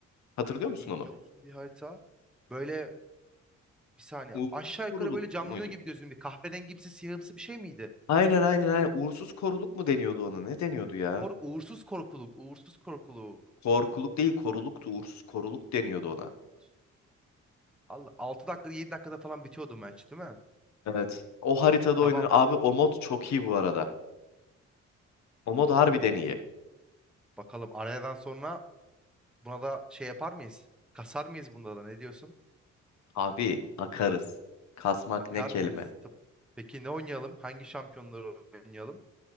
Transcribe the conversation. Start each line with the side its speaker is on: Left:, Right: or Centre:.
Left: Hatırlıyor musun
Centre: İnce
Left: onu?
Centre: uzun bir harita. Böyle bir saniye
Left: Uğursuz
Centre: aşağı yukarı
Left: koruluk
Centre: böyle canlanıyor
Left: muydu?
Centre: gibi gözümde. bir kahverengimsi siyahımsı bir şey miydi?
Left: Aynen aynen aynen. Uğursuz koruluk mu deniyordu ona? Ne deniyordu ya?
Centre: Kork, uğursuz korkuluk, uğursuz korkuluk.
Left: Korkuluk değil koruluktu. Uğursuz koruluk deniyordu ona.
Centre: Uğursuz. Allah 6 dakikada 7 dakikada falan bitiyordu maç değil mi?
Left: Evet. O haritada
Centre: Tamam.
Left: oynanır. Abi o mod çok iyi bu arada. O mod
Centre: Oo.
Left: harbiden iyi.
Centre: Bakalım arayadan sonra buna da şey yapar mıyız? Kasar mıyız bunda da ne diyorsun?
Left: Abi akarız. Kasmak
Centre: Akar
Left: ne kelime.
Centre: mıyız? Tıp- Peki ne oynayalım? Hangi şampiyonları oynayalım?